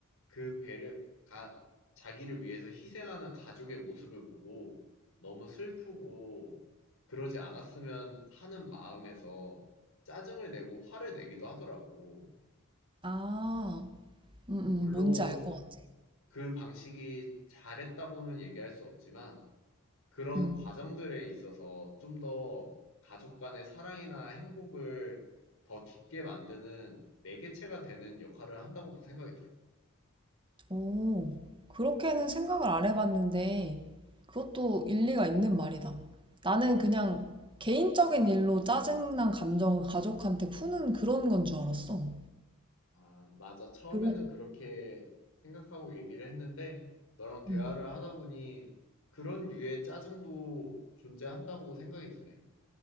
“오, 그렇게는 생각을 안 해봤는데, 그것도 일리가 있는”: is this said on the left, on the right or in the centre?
Right